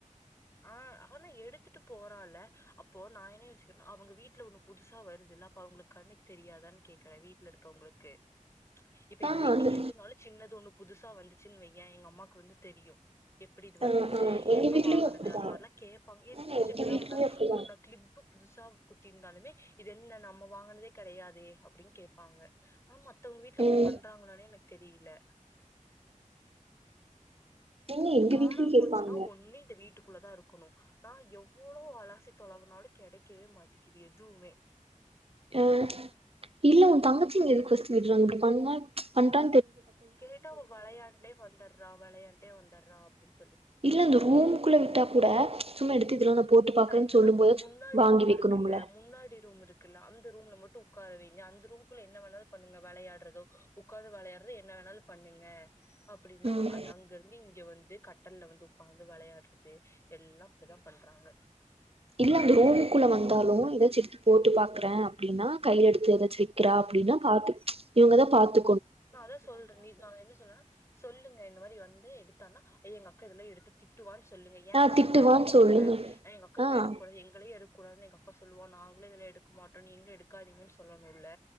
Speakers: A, on the left (about 20°); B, on the right (about 45°).
A: ஆ ஆனா எடுத்துட்டு போறால அப்போ நா என்ன யோசிக்கிறேன்னா அவங்க வீட்டுல ஒண்ணு புதுசா வருது இல்ல அப்ப அவங்களுக்கு கண்ணுக்கு தெரியாதான் கேக்குறே வீட்டுல இருக்கவங்களுக்கு இப்ப
B: ஆ
A: எங்க வீட்டுல
B: அந்த
A: எதுனாலு சின்னது ஒண்ணு புதுசா வந்துச்சின்னு வையே எங்க அம்மாக்கு வந்து தெரியு எப்பிடி இது
B: ஆ
A: வந்துச்சி
B: ஆ எங்க
A: எப்ப
B: வீட்லயு
A: வாங்கன
B: அப்டிதா
A: த அந்த மாரிலா கேப் ப்பாங் என்ன
B: ஆ எங்க
A: சின்னதா
B: வீட்லயு
A: வந்தாலு
B: அப்டிதா
A: ஒரு நா கிளிப்புக் புதுசா குத்திருந்தாலுமே இது என்ன நம்ம வாங்கனதே கெடையாதே அப்பிடின் கேப்பாங்க ஆமா த்தவங்க வீட்ல
B: ம்
A: அப்பிடி பண்றாங்களானே எனக் தெரியல
B: இல்ல
A: இப்ப
B: எங்க
A: காணாம
B: வீட்லயு கேப்பாங்க
A: போச்சுன்னா ஒண்ணு இந்த வீட்டுக் குள்ள தா இருக்கணு நா எவ் வ்ளோ அலாசி தொலாவுனாலு கெடைக் க்கவே மாட்டிக்கிது எதுவுமே
B: ம் இல்ல உன் தங்கச்சிங்க எதுக்கு ஃபஸ்ட்டு விட்றாங்க இப்டி பண்ணா பண்டா
A: கேட்டா அவ வளையான்ட்டே வந்தர்றா வளையான் ட்டே வந்தர்றா அப்டின்
B: இல்ல அந்த ரூம்க்குள்ள விட்டா கூட சும்மா எடுத்து இதுலா நா போட்டு பாக்குறேன்னு
A: ஆ என்னன்னா
B: சொல்லும் போது
A: முன்னாடி
B: வாங்கி
A: ரூம்
B: வைக்கணும்ல
A: இருக்குல்ல முன்னாடி ரூம் இருக்குல்ல அந் த ரூம்ல மட்டு உக்கார வைங்க அந்த ரூம்குள்ள என்ன வேணாலு பண்ணுங்க வளையாட்றதோ உக்காந்து வளையாட்றதோ என்ன வேணாலு பண்ணுங்க அப்டின்னா
B: ம்
A: அய் அங்கருந்து இங் க வந்து கட்டல்ல வந்து உக்காந்து வளையாட்றது எல்லா அப்டிதா பண்றாங்க
B: இல்லந்த ரூம் குள்ள வந்தாலு எதாச்சு எடுத்து போட்டு பாக்குறே அப்டின்னா கைல எடுத்து எதாச்சு வக்கிறா அப்டின்னா பாத்து இவுங்கதா பாத்து
A: நா அதா சொல்றே நீ நா என்ன சொன்னனா சொல்லுங்க இந்த மாரி வந்து எடுத்தான்னா ஐயோ எங்க அக்கா இதெல்லா எடுத்தா திட்டுவான் சொல்லுங்க ஏ
B: ஆ
A: மேலயே
B: திட்டுவான்னு
A: பழிய போடுங்க
B: சொல்லுங்க
A: எங்க அக்கா இதுலா
B: ஆ
A: எடுக்கூடாது எங்களயே எடுக்கூடாது எங்கக்கா சொல்லுவா நாங்களு இதுலா எடுக்க மாட்டோ நீங்களு எடுக்காதீங்கன் சொல்லனூல்ல